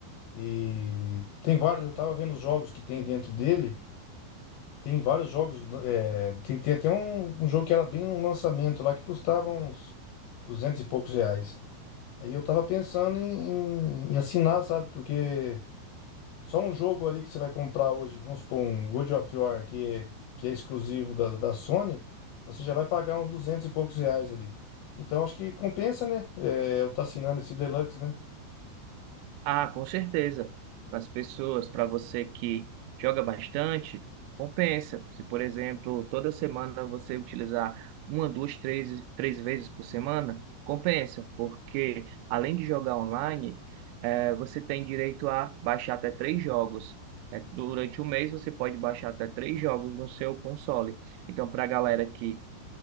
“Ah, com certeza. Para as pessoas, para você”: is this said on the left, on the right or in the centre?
Right